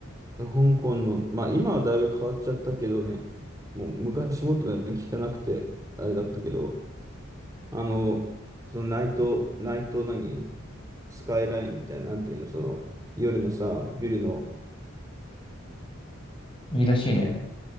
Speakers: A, on the right; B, on the left.
A: 香港の、まあ今はだいぶ変わっちゃったけどね、もう昔もっとね汚くて、あれだったけど、あの、そのナイト、ナイト何スカイラインみたいな、なんていうの、その夜のさ、ビルの
B: いいらしいね。